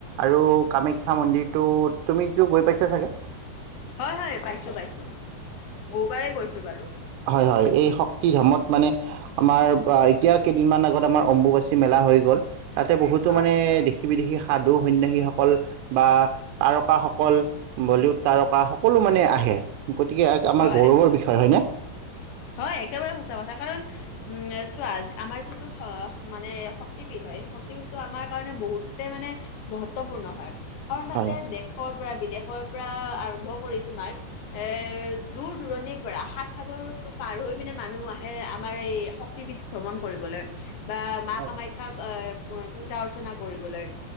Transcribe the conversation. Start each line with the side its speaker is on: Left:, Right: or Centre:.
Right: আৰু কামাখ্যা মন্দিৰ <unintelligible> ত' তুমিটো গৈ পাইছা চাগে? <inaudible>
Left: হয়-হয়, পাইছো-পাইছো বহুবাৰে গৈছো বাৰু। <unintelligible>
Right: হয়-হয়, এই শক্তি ধামত মানে <inaudible> আমাৰ এতিয়া কেইদিনমান আগত আমাৰ অম্বুবাচী মেলা হৈ গ'ল। <unintelligible> তাতে বহুতো
Left: হয়
Right: মানে দেশ-বিদেশী সাধু-সন্যাসীসকল বা <unintelligible> তাৰকাসকল, বলিউড তাৰকাসকল সকলো মানে আহে গতিকে আমাৰ
Left: হয়
Right: গৌৰৱৰ বি <unintelligible> বিষয় হয়নে? <inaudible>
Left: হয় একেবাৰে সঁচা কথা কাৰণ <inaudible> উম, চোৱা আমাৰ যিটো মানে <unintelligible> শক্তিপীঠ হয় শক্তিপীঠটো আমাৰ কাৰণে বহুত বহুতে মানে মহত্বপূৰ্ণ হয় কাৰণ তাতে
Right: হয়
Left: দেশ <inaudible> দেশৰ পৰা, বিদেশৰ পৰা আৰম্ভ কৰি তোমাৰ <inaudible> এ <unintelligible> দূৰ-দূৰণিৰ পৰা, সাত সাগৰৰ <inaudible> পাৰ হৈ পিনে মানুহ আহে আমাৰ এই শক্তিপীঠ ভ্ৰমণ কৰিবলৈ বা মা
Right: হয়।
Left: কামাখ্যা <inaudible> কামাখ্যাত এ পূজা-অৰ্চনা কৰিবলৈ